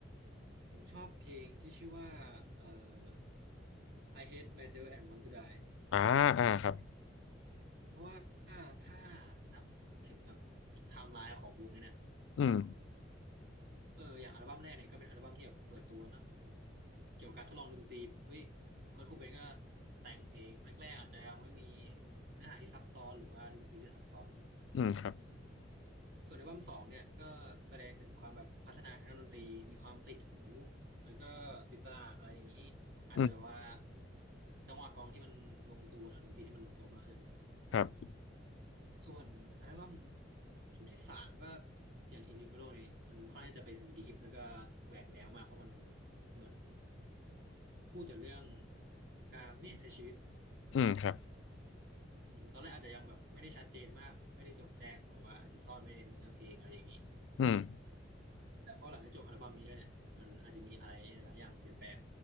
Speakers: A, on the right; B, on the left.
A: ผมชอบเพลงที่ชื่อว่าเอ่อ I Hate Myself and Want to Die
B: อ่าอ่าครับ
A: เพราะว่าถ้านับถึงแบบไทม์ไลน์ของวงนี้เนี่ย
B: อืม
A: เอออย่างอัลบั้มแรกเนี่ยก็เป็นอัลบั้มที่แบบเปิดตัวเนอะแบบเกี่ยวกับการทดลองดนตรีแบบเอ้ยเคิร์ทโคเบนก็แต่งเพลงแรกๆอาจจะยังไม่มีเนื้อหาที่ซับซ้อนหรือว่าดนตรีที่ซับซ้อน
B: อืมครับ
A: ส่วนอัลบั้มสองเนี่ยก็แสดงถึงความแบบพัฒนาทางด้านดนตรีมีความติดหูแล้วก็ติดตลาดอะไรอย่างนี้อาจจะแบบว่า
B: อืม
A: จังหวะกลองที่มันลงตัวหรือดนตรีที่มันลงตัวมากขึ้น
B: ครับ
A: ส่วนอัลบั้มชุดที่สามก็อย่าง Individual นี่มันค่อนข้างจะไปทางดีฟแล้วก็แหวกแนวมากเพราะมันเหมือนพูดแต่เรื่องการไม่ใช้ชีวิต
B: อืมครับ
A: อืมตอนแรกอาจจะยังแบบไม่ได้ชัดเจนมากไม่ได้โจ่งแจ้งบอกว่าอาจจะซ่อนไว้ในเนื้อเพลงอะไรอย่างนี้
B: อืม
A: แต่พอหลังจากจบอัลบั้มนี้แล้วเนี่ยมันอาจจะมีอะไรหลายอย่างเปลี่ยนแปลง